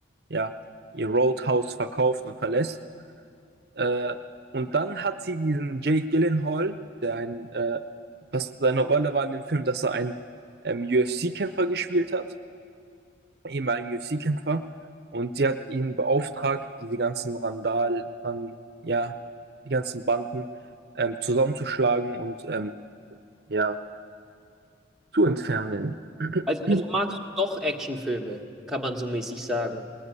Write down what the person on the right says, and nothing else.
ja, ihr Roadhouse verkauft und verlässt. Äh, und dann hat sie diesen Jake Gyllenhaal, der ein, äh, was seine Rolle war in dem Film, dass er einen ähm, UFC-Kämpfer gespielt hat, ehemaligen UFC-Kämpfer. Und sie hat ihn beauftragt, diese ganzen Randal, Ran, ja, die ganzen Banden ähm, zusammenzuschlagen und ähm, ja, zu entfernen. <clears throat>